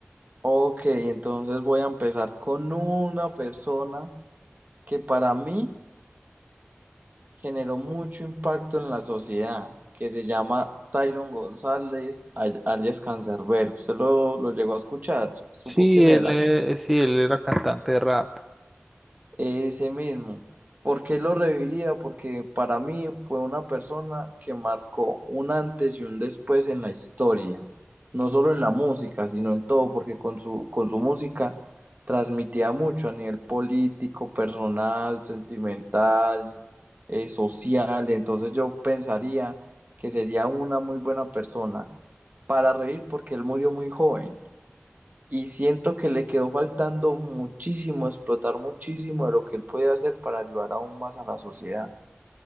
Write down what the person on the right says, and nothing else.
Ok, entonces voy a empezar con una persona que para mí generó mucho impacto en la sociedad, que se llama Tyron González, al- alias Cancerbero. ¿Usted lo, lo llegó a escuchar? ¿Supo
quién
era?
Ese mismo. ¿Por qué lo reviviría? Porque para mí fue una persona que marcó un antes y un después en la historia, no solo en la música, sino en todo, porque con su, con su música transmitía mucho a nivel político, personal, sentimental, eh, social. Entonces yo pensaría que sería una muy buena persona para reír porque él murió muy joven. Y siento que le quedó faltando muchísimo, explotar muchísimo de lo que él puede hacer para ayudar aún más a la sociedad.